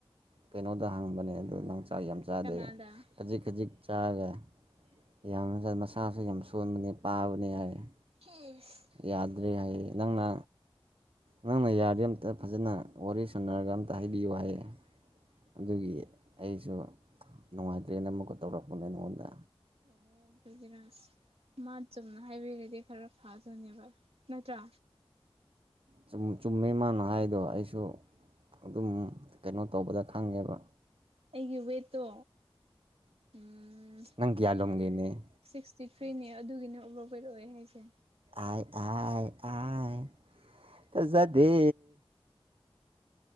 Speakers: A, on the right (about 70°); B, on the right (about 90°).
A: ꯀꯩꯅꯣꯗ ꯍꯪꯕꯅꯦ ꯑꯗꯨ ꯅꯪ ꯆꯥꯛ‌ ꯌꯥꯝ ‌ꯆꯥꯗꯦꯌꯦ
B: ꯀꯅꯥꯗ
A: ꯈꯖꯤꯛ ꯈꯖꯤꯛ ꯆꯥꯔꯒ ꯌꯥꯝ ꯃꯁꯥꯁꯨ ꯌꯥꯝ ꯁꯣꯟꯕꯅꯦ ꯄꯥꯕꯅꯤ ꯍꯥꯏꯔꯛꯑꯦ
B: ꯏꯁ
A: ꯌꯥꯗ꯭ꯔꯦ ꯍꯥꯏꯌꯦ ꯅꯪꯅ ꯅꯪꯅ ꯌꯥꯔꯗꯤ ꯑꯝꯇ ꯐꯖꯅ ꯋꯥꯔꯤ ꯁꯥꯟꯅꯔꯒ ꯑꯝꯇ ꯍꯥꯏꯕꯤꯌꯨ ꯍꯥꯏꯌꯦ ꯑꯗꯨꯒꯤ ꯑꯩꯁꯨ ꯅꯨꯡꯉꯥꯏꯇ꯭ꯔꯦꯅ ꯑꯃꯨꯛꯀ ꯇꯧꯔꯛꯄꯅꯦ ꯅꯪꯉꯣꯟꯗ
B: ꯑꯣ ꯑꯗꯨꯒꯤꯔ ꯃꯥ ꯆꯨꯝꯅ ꯍꯥꯏꯕꯤꯔꯗꯤ ꯈꯔ ꯐꯥꯗꯣꯏꯅꯦꯕ ꯅꯠꯇ꯭ꯔꯥ
A: ꯆꯨꯝ ꯆꯨꯝꯃꯦ ꯃꯥꯅ ꯍꯥꯏꯗꯣ ꯑꯩꯁꯨ ꯑꯗꯨꯝ ꯀꯩꯅꯣ ꯇꯧꯕꯗ ꯈꯪꯉꯦꯕ
B: ꯑꯩꯒꯤ ꯋꯦꯠꯇꯣ ꯎꯝ
A: ꯅꯪ ꯀꯌꯥꯂꯣꯝꯒꯤꯅꯤ
B: ꯁꯤꯛꯁꯇꯤ ꯊ꯭ꯔꯤꯅꯦ ꯑꯗꯨꯒꯤꯅ ꯑꯣꯕꯔ ꯋꯦꯠ ꯑꯣꯏ ꯍꯥꯏꯁꯦ
A: ꯑꯥꯏ ꯑꯥꯏ ꯑꯥꯏ ꯇꯥꯖꯥꯗꯦ